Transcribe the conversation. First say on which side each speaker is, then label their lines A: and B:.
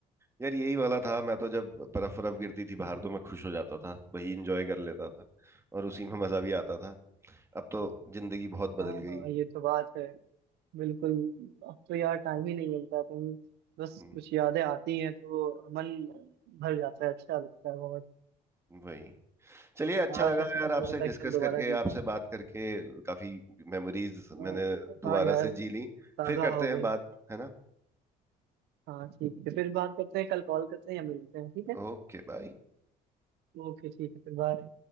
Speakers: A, on the right; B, on the right.
A: यार यही वाला था मैं तो जब बर्फ बर्फ गिरती थी बाहर तो मैं खुश हो जाता था वही इंजॉय कर लेता था और उसी में मजा भी आता था अब तो जिंदगी बहुत बदल
B: हाँ
A: गई
B: हाँ ये तो बात है बिल्कुल अब तो यार टाइम ही नहीं मिलता कहीं बस
A: हम्म,
B: कुछ यादें आती हैं तो मन भर जाता है अच्छा लगता है बहुत
A: वही चलिए अच्छा
B: काश
A: लगा
B: ऐसा कुछ
A: यार आपसे
B: होता
A: डिस्कस
B: है कि हम दोबारा
A: करके
B: जी
A: आपसे
B: पाते
A: बात करके काफी मेमोरीज
B: अ,
A: मैंने दोबारा
B: हाँ यार
A: से जी ली
B: ताज़ा
A: फिर करते
B: हो
A: हैं
B: गए
A: बात है ना
B: हाँ ठीक है फिर बात करते हैं कल कॉल करते हैं या मिलते हैं ठीक है
A: Okay bye
B: ओके ठीक है फिर बाय